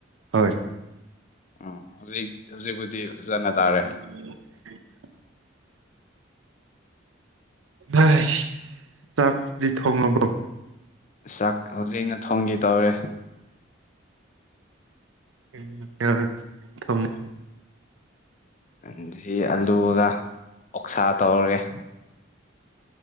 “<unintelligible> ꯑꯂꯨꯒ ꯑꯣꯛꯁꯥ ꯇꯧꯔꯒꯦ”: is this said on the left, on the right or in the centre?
Left